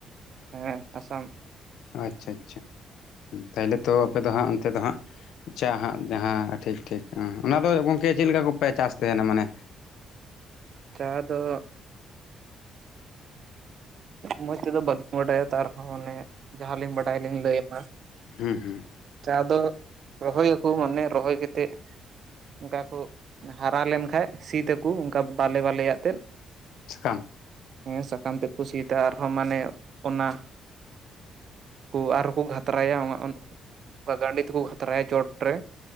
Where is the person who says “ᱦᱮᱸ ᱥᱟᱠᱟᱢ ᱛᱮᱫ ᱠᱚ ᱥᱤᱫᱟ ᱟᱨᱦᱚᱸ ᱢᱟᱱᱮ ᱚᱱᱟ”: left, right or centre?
Right